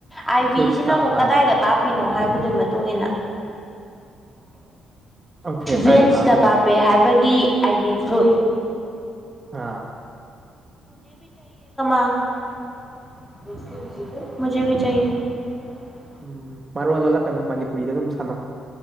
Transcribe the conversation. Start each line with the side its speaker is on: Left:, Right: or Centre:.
Centre: ꯑꯥꯏꯕꯤꯁꯤꯅ
Right: ꯐ꯭ꯂꯨꯏꯠꯁ ꯀꯥꯞꯄꯅ
Centre: ꯑꯃꯨꯛ ꯀꯗꯥꯏꯗ ꯀꯥꯞ ꯄꯤꯅꯣ ꯍꯥꯏꯕꯗꯨꯒꯤ ꯃꯇꯨꯡ ꯏꯟꯅ
Right: ꯑꯣꯀꯦ
Centre: ꯚꯦꯟꯁꯇ
Right: ꯀꯥꯏꯗ ꯀꯥꯞꯄꯤꯕ
Centre: ꯀꯥꯞꯄꯦ
Right: ꯑꯗꯨꯗꯤ
Centre: ꯍꯥꯏꯕꯒꯤ ꯑꯥꯏꯕꯤ ꯐ꯭ꯂꯨ
Right: ꯑꯥ
Centre: <unintelligible> <unintelligible>
Right: ꯎꯝ ꯃꯔꯣꯟ ꯂꯣꯜꯂꯛꯀꯅꯨ ꯃꯅꯤꯄꯨꯔꯤꯗ ꯑꯗꯨꯝ ꯁꯥꯟꯅꯧ